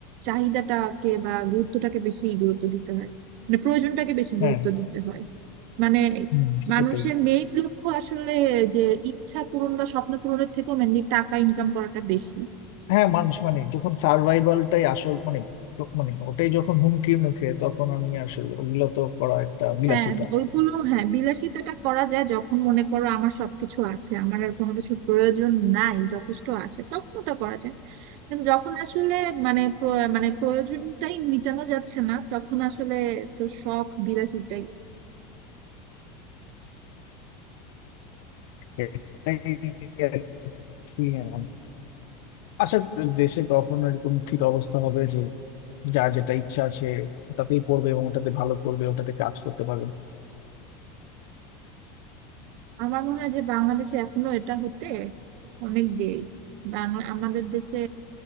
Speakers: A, on the right; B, on the left.
A: চাহিদাটাকে বা গুরুত্বটাকে বেশি গুরুত্ব দিতে হয় মানে প্রয়োজনটাকে বেশি
B: হ্যাঁ
A: গুরুত্ব দিতে হয় মানে
B: হুম, সেটাই
A: মানুষের মেইন লক্ষ্য আসলে যে ইচ্ছা পূরণ বা স্বপ্ন পূরণের থেকেও মেনলি টাকা ইনকাম করাটা বেশি
B: হ্যাঁ মানুষ মানে যখন সার্ভাইভালটাই আসল মানে য- মানে ওটাই যখন হুমকির মুখে তখন আমি আসলে ওগুলো তো করা একটা বিলাসিতা
A: হ্যাঁ ওইগুলো হ্যাঁ বিলাসিতাটা করা যায় যখন মনে করো আমার সবকিছু আছে আমার আর কোনো কিছুর প্রয়োজন নাই যথেষ্ট আছে তখন ওটা করা যায় কিন্তু যখন আসলে মানে প্র- মানে প্রয়োজনটাই মিটানো যাচ্ছে না তখন আসলে তো শখ বিলাসিতাই
B: এটাই আর কি আমার। আশা করি দেশে কখনো এরকম ঠিক অবস্থা হবে যে যার যেটা ইচ্ছা সে ওটাতেই পড়বে এবং ওটাতে ভালো করবে ওটাতে কাজ করতে পারবে
A: আমার মনে হয় যে বাংলাদেশে এখনো এটা হতে অনেক দেরি বাংলা আমাদের দেশে